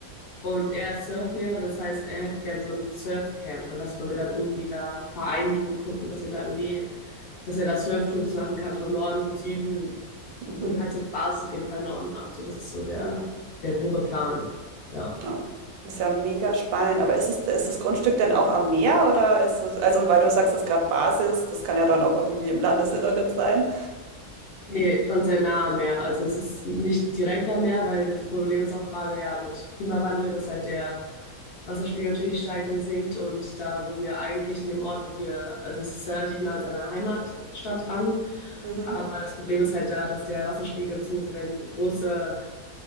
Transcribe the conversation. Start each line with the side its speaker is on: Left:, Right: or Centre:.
Left: Und er ist Surflehrer, das heißt, er hätte gern so ein Surfcamp und das wollen wir dann irgendwie da vereinigen, gucken, dass wir da irgendwie, dass er da Surftrips machen kann vom Norden und Süden
Right: mhm,
Left: und wir halt so eine Basis auf jeden Fall im Norden haben. So, das ist so der,
Right: mhm.
Left: der grobe Plan. Ja.
Right: Ja, das ist ja mega spannend. Aber ist es, ist das Grundstück denn auch am Meer oder ist es, also weil du sagst, es ist gerade Basis, das kann ja dann auch irgendwie im Landesinneren sein.
Left: Nee, ist schon sehr nah am Meer. Also es ist nicht direkt am Meer, weil das Problem ist auch gerade ja mit Klimawandel, dass halt der Wasserspiegel natürlich steigt und sinkt. Und da, wo wir eigentlich in dem Ort, wo wir, also es ist relativ nah an seiner Heimatstadt dran.
Right: Mhm.
Left: Aber das Problem ist halt da, dass der Wasserspiegel, beziehungsweise wenn große